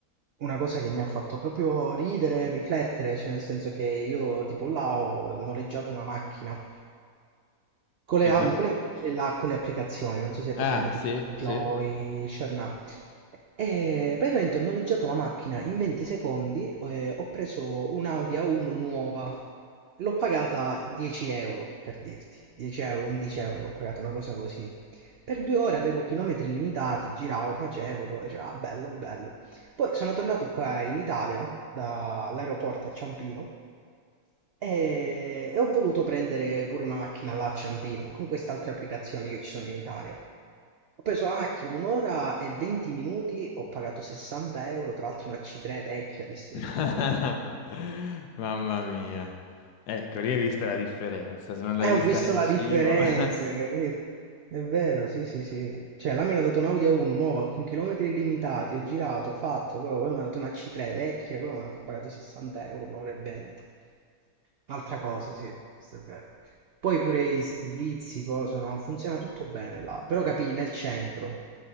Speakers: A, on the right (about 85°); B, on the left (about 90°).
A: una cosa che mi ha fatto proprio ridere e riflettere, cioè nel senso che io tipo là ho noleggiato una macchina con le,
B: Ah.
A: con
B: ah.
A: le- macchine là, con le applicazioni, non so se è
B: Ah,
A: presente, tipo
B: sì,
A: Enjoy,
B: sì.
A: Sharna. E praticamente ho noleggiato la macchina in 20 secondi, eh, ho preso un'Audi A1 nuova, l'ho pagata 10 euro, per dirti, 10 euro, 11 euro, l'ho pagata una cosa così, per 2 ore avevo chilometri illimitati, giravo, facevo, poi dicevo, ah, bello, bello. Poi sono tornato qua in Italia, dall'aeroporto a Ciampino, e, e ho voluto prendere pure una macchina là a Ciampino, con queste altre applicazioni che ci sono in Italia. Ho preso la macchina un'ora e 20 minuti, ho pagato 60 euro, tra l'altro una C3 vecchia, distrutta.
B: <laughs>
A: <laughs>
B: Mamma mia. Ecco, lì hai visto la differenza, se non l'hai
A: Eh,
B: vista
A: ho visto
B: nel
A: la
B: cibo.
A: differenza,
B: <laughs>
A: capito? È vero, sì, sì, sì. Cioè, là mi hanno dato un Audi A1 nuova con chilometri illimitati, ho girato, ho fatto, proprio, poi mi hanno dato una C3 vecchia, proprio, mi hanno pagato 60 euro, un'ora e 20. Un'altra cosa, sì, questo è vero. Poi pure i servizi, cosa, no? Funziona tutto bene là, però capì, nel centro.